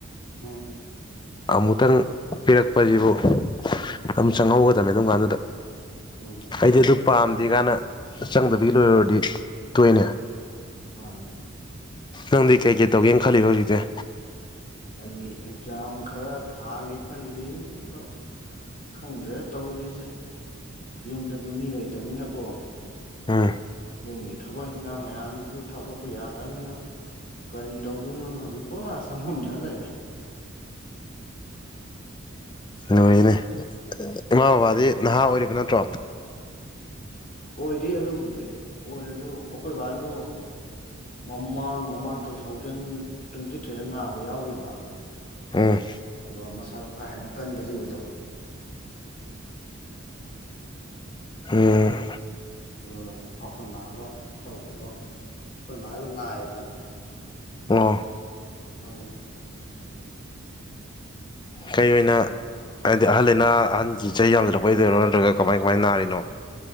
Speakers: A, on the left; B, on the left.
A: ꯎꯝ
B: ꯑꯃꯨꯛꯇꯪ ꯄꯤꯔꯛꯄꯖꯤꯕꯨ ꯑꯗꯨꯝ ꯆꯪꯍꯧꯒꯗꯕꯃꯤ ꯑꯗꯨꯝ ꯀꯥꯟꯗꯨꯗ
A: ꯎꯝ
B: ꯑꯩꯗꯤ ꯑꯗꯨ ꯄꯥꯝꯗꯦ ꯒꯥꯅ ꯆꯪꯗꯕꯤ ꯂꯣꯏꯔꯨꯔꯗꯤ ꯇꯣꯛꯑꯦꯅꯦ꯫
A: ꯃꯅꯤ
B: ꯅꯪꯗꯤ ꯀꯩꯀꯩ ꯇꯧꯒꯦꯅ ꯈꯜꯂꯤꯕ ꯍꯧꯖꯤꯇꯦ꯫
A: ꯑꯩ ꯑꯦꯛꯖꯥꯝ ꯈꯔ ꯊꯥꯒꯦ ꯈꯜꯂꯤ ꯑꯗꯣ ꯈꯪꯗ꯭ꯔꯦꯗ ꯇꯧꯔꯤꯖꯦ ꯌꯨꯝꯗꯖꯨ ꯃꯤ ꯂꯩꯇꯃꯤꯅꯀꯣ
B: ꯎꯝ
A: ꯌꯨꯝꯒꯤ ꯊꯕꯛ ꯍꯤꯡꯒꯥꯡ ꯃꯌꯥꯝꯖꯤꯖꯨ ꯊꯥꯗꯣꯛꯄ ꯌꯥꯗꯕꯃꯤꯅ ꯀꯔꯤ ꯇꯧꯗꯣꯏꯅꯣꯅ ꯍꯧꯖꯤꯛ ꯄꯨꯔꯥ ꯆꯪꯃꯝꯅ ꯂꯩꯔꯦ꯫
B: ꯂꯨꯔꯤꯅꯦ ꯏꯃꯥ ꯕꯕꯥꯗꯤ
A: ꯑꯗꯨꯅ
B: ꯅꯍꯥ ꯑꯣꯏꯔꯤꯕ ꯅꯠꯇ꯭ꯔꯣ꯫
A: ꯑꯣꯏꯔꯤ ꯑꯗꯨꯕꯨꯗꯤ ꯑꯣꯏꯔꯖꯨ ꯑꯈꯣꯏ ꯕꯥꯖꯨ ꯃꯃꯥꯡ ꯃꯃꯥꯡ ꯇꯨ ꯊꯥꯎꯖꯟ ꯇ꯭ꯋꯦꯟꯇꯤ ꯊ꯭ꯔꯤꯗ ꯅꯥꯕ ꯌꯥꯎꯒꯤꯕ꯫
B: ꯎꯝ
A: ꯑꯗꯨ ꯃꯁꯥꯗꯣ ꯀꯥ ꯍ‌ꯦꯟꯅ ꯀꯟꯕꯗꯤ ꯑꯣꯏꯗꯕ꯫
B: ꯎꯝ
A: ꯑꯗꯨꯅ ꯑꯩꯈꯣꯏ ꯃꯥꯒ ꯇꯧꯕꯗꯣ ꯑꯩꯈꯣꯏ ꯃꯥꯁꯨ ꯅꯥꯏꯕ
B: ꯑꫭ
A: ꯑ <unintelligible>
B: ꯀꯩ ꯑꯣꯏꯅ ꯍꯥꯏꯗꯤ ꯑꯍꯜ ꯂꯩꯅꯥ ꯑꯍꯟꯒꯤ ꯆꯍꯤ ꯌꯥꯝꯁꯤꯠꯂꯛꯄ ꯑꯣꯏꯗꯣꯏꯔꯣ ꯅꯠꯇ꯭ꯔꯒ ꯀꯃꯥꯏ ꯀꯃꯥꯏꯅ ꯅꯥꯔꯤꯅꯣ